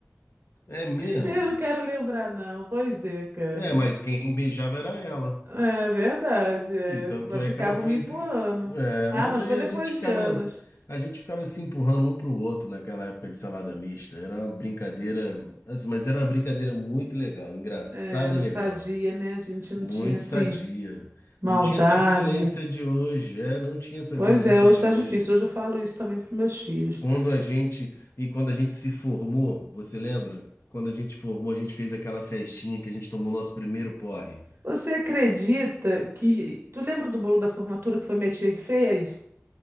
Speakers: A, on the left; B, on the right.
A: É mesmo.
B: Eu não quero lembrar, não. Pois é, cara.
A: É, mas quem beijava era ela.
B: É verdade, é.
A: E tanto
B: Mas
A: é
B: ficavam
A: que ela foi
B: me empurrando.
A: se. É,
B: Ah,
A: mas
B: mas
A: aí
B: foi depois
A: a gente ficava,
B: de anos.
A: a gente ficava se empurrando um para o outro naquela época de salada mista. Era uma brincadeira, assim, mas era uma brincadeira muito legal, engraçada
B: É, era
A: e legal,
B: sadia, né? A gente não
A: muito
B: tinha, assim,
A: sadia.
B: maldade.
A: Não tinha essa violência de hoje, é, não tinha essa
B: Pois
A: violência
B: é, hoje
A: de
B: tá
A: hoje.
B: difícil. Hoje eu falo isso também pros meus filhos.
A: Quando a gente e quando a gente se formou, você lembra? Quando a gente formou, a gente fez aquela festinha que a gente tomou nosso primeiro porre.
B: Você acredita que. Tu lembra do bolo da formatura que foi minha tia que fez?